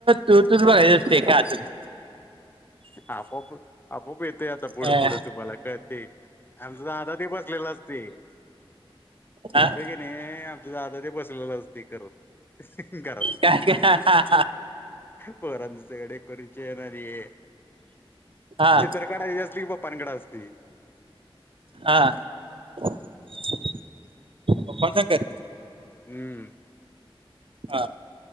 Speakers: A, on the right; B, on the left.
A: तूझ तूच बघायचं असतय, कांय असलं ते.
B: आपोआप अूपआप येतय आता
A: ते
B: पुढं
A: अ
B: पुढं तुम्हाला कळतय, आमचं दादा ते बसलेला असतय.
A: हां.
B: नाही, आमचा दादा ते बसलेला असतय करत,, घरात
A: काय काय हा
B: पोरांचं सगळं डेकोरेशन आणि हे,
A: हा
B: चित्रं काढायची असली कि पपांकडं असतय.
A: हां, <unintelligible>
B: हम्म.
A: हां.